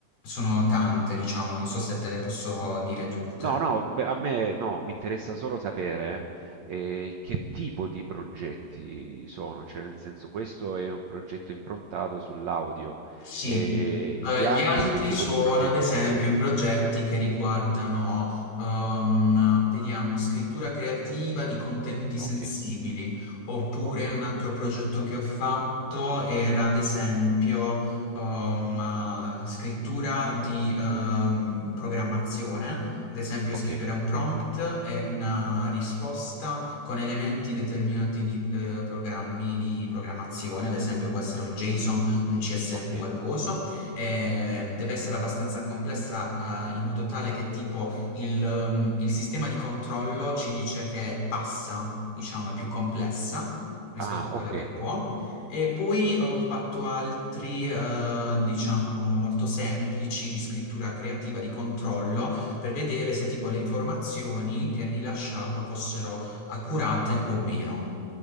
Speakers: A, on the left; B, on the right.
A: sono tante, diciamo, non so se te le posso dire tutte.
B: No, no, beh, a me no, mi interessa solo sapere eh, che tipo di progetti sono, cioè nel senso questo è un progetto improntato sull'audio
A: Sì,
B: eh,
A: Eh,
B: e gli altri
A: gli altri
B: che tipo
A: sono
B: di progetti
A: ad esempio
B: sono?
A: progetti che riguardano, ehm, vediamo, scrittura creativa di contenuti sensibili,
B: Ok,
A: oppure
B: ok,
A: un altro progetto che ho fatto era ad esempio, ehm, eh, scrittura di, ehm, programmazione, ad esempio
B: ok,
A: scrivere un prompt e una risposta con elementi determinati di, eh, programmi di programmazione, ad esempio può essere un JSON un CSV
B: ok.
A: e coso, eh, deve essere abbastanza complessa, eh, in modo tale che tipo il, um, il sistema di controllo ci dice che passa, diciamo, è più complessa rispetto
B: Ah,
A: a
B: ok.
A: quella che Ok. può. E poi ho fatto altri, eh, diciamo, molto semplici di scrittura creativa, di controllo, per vedere se tipo le informazioni che rilasciava fossero accurate o meno.